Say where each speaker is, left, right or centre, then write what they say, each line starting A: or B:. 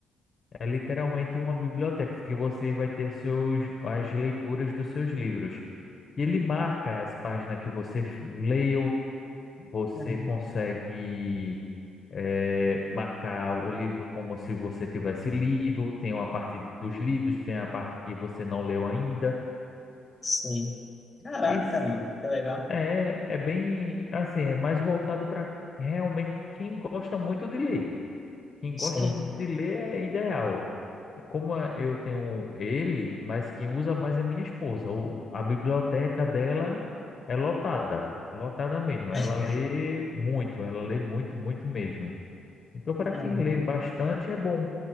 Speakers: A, on the left; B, on the left.
A: É literalmente uma biblioteca que você vai ter seus, as leituras dos seus livros. E ele marca as páginas que você f- leu, você
B: Uhum.
A: consegue eh, marcar o livro como se você tivesse lido, tem uma parte dos lidos, tem a parte que você não leu ainda.
B: Sim. Caraca,
A: E se
B: meu, que legal.
A: é, é bem assim, é mais voltado para realmente quem gosta muito de ler. Quem
B: Sim.
A: gosta muito de ler é ideal. Como a- eu tenho ele, mas quem usa mais é minha esposa. O, a biblioteca dela é lotada, lotada mesmo.
B: <laughs>
A: Ela lê muito, ela lê muito, muito mesmo. Então, para
B: Uhum.
A: quem lê bastante, é bom.